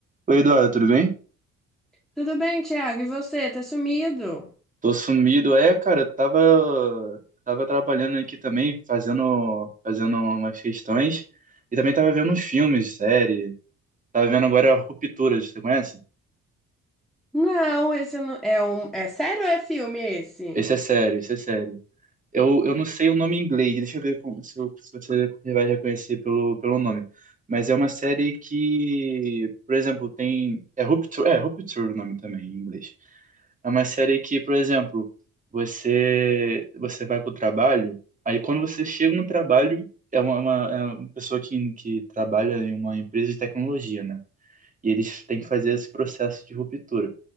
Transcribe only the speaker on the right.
Oi, Eduardo, tudo bem?
Tô sumido. É, cara, eu tava, tava trabalhando aqui também, fazendo, fazendo umas questões. E também tava vendo uns filmes, série. Tava vendo agora Rupturas, você conhece?
Esse é sério, esse é sério. Eu, eu não sei o nome em inglês, deixa eu ver com- se, eu- se você vai reconhecer pelo, pelo nome. Mas é uma série que, por exemplo, tem. É Rupture, é Rupture o nome também em inglês. É uma série que, por exemplo, você você vai pro trabalho, aí quando você chega no trabalho, é uma, uma- é uma pessoa que, que trabalha em uma empresa de tecnologia, né? E eles têm que fazer esse processo de ruptura.